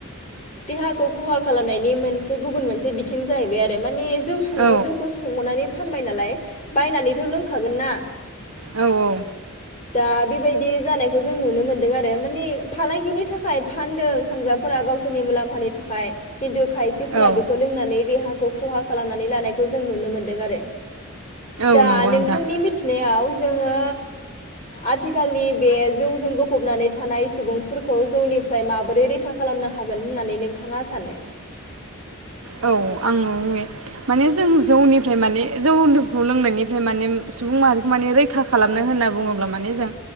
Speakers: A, on the left; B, on the right.
A: देहाखौ खहा खालामनायनि मोनसे गुबुन मोनसे बिथिं जाहैबाय आरो माने जौ संबा
B: औ
A: जौखौ संनानै फानबाय नालाय बायनानैथ' लोंखागोन ना
B: औ औ
A: दा बेबायदि जानायखौ जों नुनो मोन्दों आरो माने फालांगिनि थाखाय फानदों फानग्राफोरा गावसोरनि मुलाम्फानि थाखाय खिन्थु खायसेफोरा
B: औ
A: बेखौ लोंनानै रेहाखौ खहा खालामनानै लानायखौ जों नुनो मोनदों आरो दा
B: औ नंगौ
A: नोंथांनि
B: नोंथां
A: थिनायाव जोङो आथिखालनि बे जौजों गफबनानै थानाय सुबुंफोरखौ जौनिफ्राय माबोरै रैखा खालामनो हागोन होननानै नोंथाङा सानो
B: औ आङोयो माने जों जौनिफ्राय माने जौखौ लोंनायनिफ्राय माने सुबुं माहारिखौ माने रैखा खालामनो होनना बुङोब्ला माने जों